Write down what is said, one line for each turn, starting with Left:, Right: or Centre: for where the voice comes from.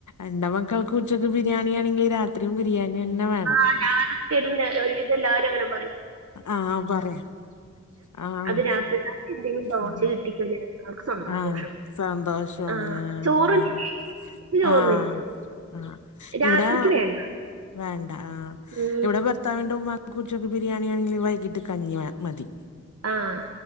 Left: എന്റെ മക്കൾക്ക് ഉച്ചക്ക് ബിരിയാണിയാണെങ്കി രാത്രിം ബിരിയാണിയെന്നെ വേണം.
Right: ആ ഞാനത് കേട്ടിട്ട്ണ്ട് ഒരു വിധയെല്ലാരും അങ്ങനെ പറിം
Left: ആഹ് പറിം ആഹ്
Right: അത് രാത്രി രാത്രി എന്തെങ്കിലും ദോശ
Left: ആ ആഹ
Right: കിട്ടിക്കഴിഞ്ഞാൽ അവർക്ക് സന്തോഷം
Left: ആഹ് സന്തോഷാണ്
Right: ആ
Left: ഏ
Right: ചോറുണ്ടെങ്കിൽ
Left: ഏഹ്
Right: ചോറിനില്ല
Left: ആഹ് ആഹ്
Right: രാത്രിക്ക്
Left: ഇവെടെ
Right: വേണ്ട
Left: വേണ്ട ആഹ്
Right: ഉം
Left: ഇബടെ ഭർത്താവിന്റെ ഉമ്മാക്ക് ഉച്ചക്ക് ബിരിയാണിയാണെങ്കി വൈകിട്ട് കഞ്ഞി വേ മതി.
Right: ആഹ്